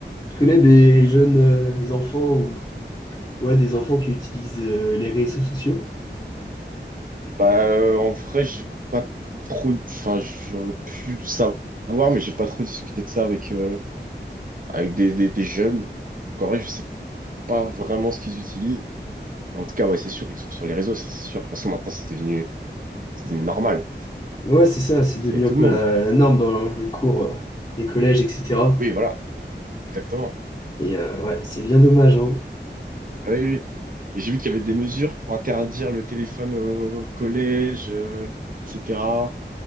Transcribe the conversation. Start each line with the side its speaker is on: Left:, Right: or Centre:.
Left: tu connais des jeunes euh, enfants ou ouais, des enfants qui utilisent euh, les réseaux sociaux?
Right: Bah, euh, en vrai, j'ai pas trop, enfin, j'aurais pu savoir, mais j'ai pas trop discuté de ça avec, euh, avec des, des, des jeunes. en vrai, je sais pas vraiment ce qu'ils utilisent. En tout cas, ouais, c'est sûr, ils sont sur les réseaux, ça, c'est sûr. De toute façon, maintenant, c'est devenu, c'est devenu normal.
Left: Ouais, c'est ça, c'est devenu
Right: C'est tout
Left: un peu
Right: le monde,
Left: la,
Right: quoi.
Left: la
Right: C'est-
Left: norme dans les cours euh, des collèges, etc.
Right: Oui, voilà, exactement.
Left: Et euh, ouais, c'est bien dommage, hein.
Right: Ah oui, oui. Mais j'ai vu qu'il y avait des mesures pour interdire le téléphone au collège, euh, etc.